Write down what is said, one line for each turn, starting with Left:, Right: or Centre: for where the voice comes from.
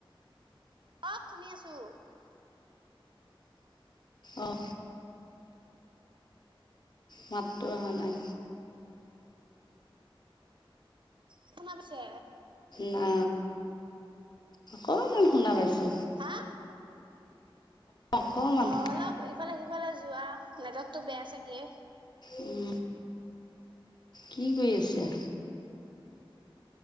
Right: কওক শুনি আছো।
Left: অ। মাতটো অহা নাই।
Right: শুনা পাইছে?
Left: না অকণমান শুনা পাইছো।
Right: হা?
Left: অকণমান
Right: অ অলপ ইফালে সিফালে যোৱা নেটৱৰ্কটো বেয়া চাগে।
Left: উম। কি কৰি আছে?